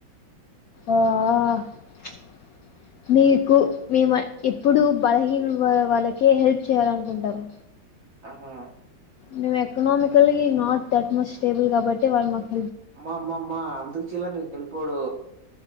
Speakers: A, on the left; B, on the right.
A: ఆహ్ ప్చ్ మీకు మేము ఇప్పుడూ బలహీనులు వాళ్ళకే హెల్ప్ చేయ్యాలనుకుంటారు.
B: ఆహా
A: మేము ఎకనామికల్లీ నాట్ థట్మచ్ స్టేబుల్ కాబట్టే వాళ్ళ్ మాక్
B: అమ్మమ్మమ్మా అందు చ్చిన్లండీ పెల్పోడూ